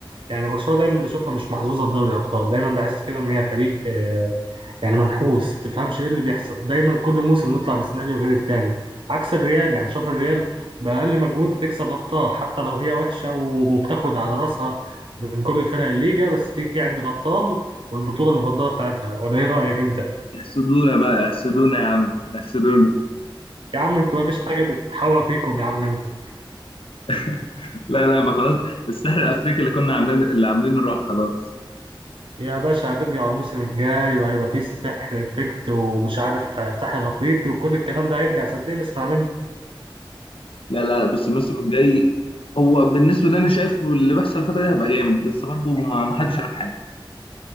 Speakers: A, on the right (about 70°); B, on the left (about 80°).
A: يعني برشلونه دايما بشوفها مش محظوظه في دوري الابطال دايما بحس كده ان هي فريق آه يعني منحوس تفهمش ايه اللي بيحصل دايما كل موسم نطلع بسيناريو غير التاني عكس الريال يعني شوف الريال بأقل مجهود بتكسب أبطال حتى لو هي وحشة وبتاخد على راسها من كل فرق الليجا بس تيجي عند الأبطال والبطولة المفضلة بتاعتها ولا ايه رأيك انت؟
B: احسدونا بقى احسدونا يا عم احسدونا
A: يا عم انتوا مفيش حاجة بتتحوى فيكم يا عم انتوا
B: <laughs> لا لا بقى خلاص السحر الافريقي اللي كنا عاملين اللي عاملينه راح خلاص
A: يا باشا هترجعوا الموسم الجاي وهيبقى فيه سحر افكت ومش عارف ساحر افريقي وكل الكلام ده هيرجع صدقني اسمع مني
B: لا لا لا بص الموسم الجاي هو بالنسبه اللي انا شايفه اللي بيحصل الفتره دي هيبقى جامد بس برضه ما ما حدش عارف حاجه